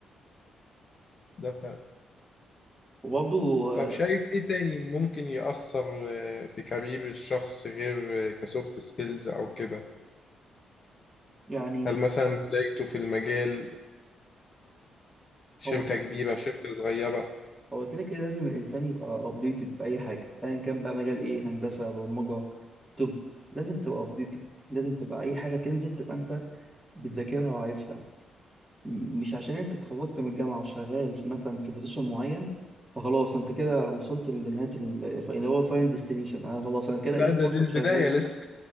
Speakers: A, on the left; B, in the centre.
A: ده فعلا
B: وبرضه آه،
A: طب شايف ايه تاني ممكن يأثر آه، في كارير الشخص غير كسوفت سكيلز او كده
B: يعني
A: هل مثلا بدايته في المجال شركة
B: هو
A: كبيرة شركة صغيرة
B: هو كده كده لازم الانسان يبقى ابديتد في اي حاجه ايا كان بقى مجال ايه هندسه برمجه طب لازم تبقى ابديتد لازم تبقى اي حاجه تنزل تبقى انت بتذاكرها وعارفها م- مش عشان انت اتخرجت من الجامعه وشغال في مثلا في بوزيشن معين فخلاص انت كده وصلت لنهايه ال- اللي هو الفاين ديستنيشن انا خلاص انا كده
A: لا
B: ايه
A: ده
B: هفضل
A: دي البداية
B: شغال
A: لسه